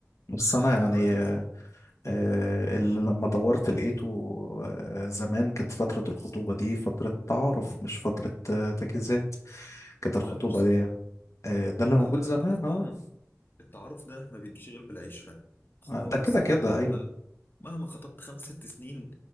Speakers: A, on the left; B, on the left.
A: بس
B: فأنت
A: انا يعني
B: دلوقتي لازم
A: آه، اللي
B: مم.
A: لما دورت لقيته آه، زمان كانت فترة الخطوبة دي فترة تعارف مش فترة آه، تجهيزات كانت الخطوبة
B: لا مش صح
A: دي آه، ده اللي موجود
B: لا لا لا
A: زمان
B: أصلاً
A: اه
B: التعارف ده ما بيجيش غير بالعشرة خالص
A: آه، ده كده
B: يعني
A: كده ايوه
B: مهما مهما خطبت خمس ست سنين